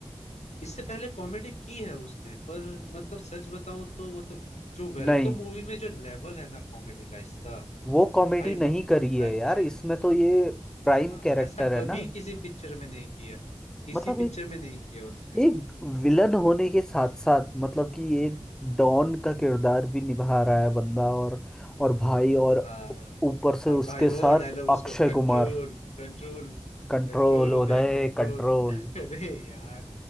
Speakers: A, on the left; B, in the centre.
A: इससे पहले कॉमेडी की है उसने पर मतलब सच बताऊं तो मतलब जो वेलकम
B: नहीं
A: मूवी में जो लेवल है ना कॉमेडी का इसका
B: वो कॉमेडी
A: भाई
B: नहीं
A: वो एक
B: करी है
A: अलग
B: यार
A: ही है
B: इसमें तो ये प्राइम
A: हाँ
B: कैरेक्टर
A: ऐसा
B: है
A: कभी
B: ना
A: किसी पिक्चर में नहीं किया किसी
B: मतलब
A: पिक्चर
B: एक
A: में नहीं किया उसने
B: एक विलन होने के साथ साथ मतलब कि एक डॉन का किरदार भी निभा रहा है बंदा और और भाई और
A: हाँ
B: ऊपर से
A: और
B: उसके
A: भाई वो
B: साथ
A: डायलॉग उसको
B: अक्षय
A: control
B: कुमार
A: control
B: Control
A: control Uday
B: Uday
A: control
B: control
A: <laughs> अरे यार